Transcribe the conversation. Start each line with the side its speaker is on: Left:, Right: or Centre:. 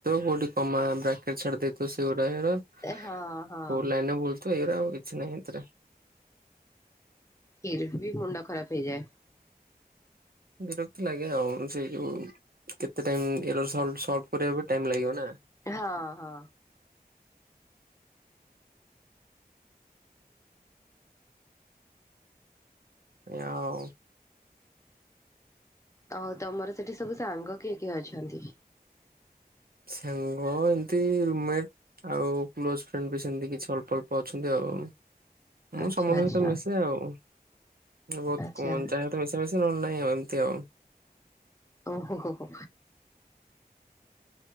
Right: କୋଉଠି କମା ବ୍ରାକେଟ ଛା <unintelligible>
Left: ହଁ ହଁ।
Right: କୋଉ ଲାଇନ ବୁଲଥ ଏଇରା ଆଉ କିଛି ନାହିଁ ଏଥିରେ।
Left: ଫିର୍ ବି ମୁଣ୍ଡ ଖରାପ ହେଇଯାଏ।
Right: ବିରକ୍ତି ଲାଗେ ଆଉ ସେଇ ଯୋଉ କେତେ ଟାଇମ ଇରୋର ସଲ୍ଭ କରିବା ପାଇଁ ଟାଇମ ଲାଗିବ ନା।
Left: ହଁ ହଁ।
Right: ଆଉ।
Left: ତହଲ ତମର ସେଠି ସବୁ ସାଙ୍ଗ କିଏ କିଏ ଅଛନ୍ତି?
Right: ସାଙ୍ଗ ଏମିତି ରୁମମେଟ ଆଉ କ୍ଲୋଜ ଫ୍ରେଣ୍ଡ ବି ସେମିତି କିଛି ଅଳ୍ପ ଅଳ୍ପ ଅଛନ୍ତି ଆଉ। ମୁଁ
Left: ଆଚ୍ଛା
Right: ସମସ୍ତ ସହିତ
Left: ଆଚ୍ଛା
Right: ମିଶେ ଆଉ ବହୁତ
Left: ଆଚ୍ଛା।
Right: କ ଯା ମିଶି ମିଶିଲେ ନହେଲେ ନାଇଁ ଆଉ ଏମତି ଆଉ।
Left: ଓ ହୋ ହୋ ହୋ।